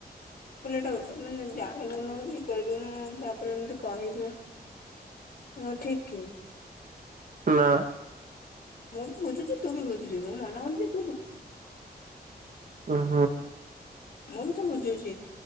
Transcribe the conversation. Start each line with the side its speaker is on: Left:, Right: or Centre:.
Left: ଭୁଲଟା ମାନେ ଜାଣିବୁନୁ କି କରିବୁନୁ ତାପରେ ଏମିତି କହିବୁ ହଁ ଠିକ କି।
Right: ନା।
Left: ମୁଁ ବି ବୁଝୁଛି ତୁ ବି ବୁଝୁଛିି ମୁଁ ମନା କଳି
Right: ଓ ହୋ।
Left: ମୁଁ ତୋ ବୁଝୁଛି।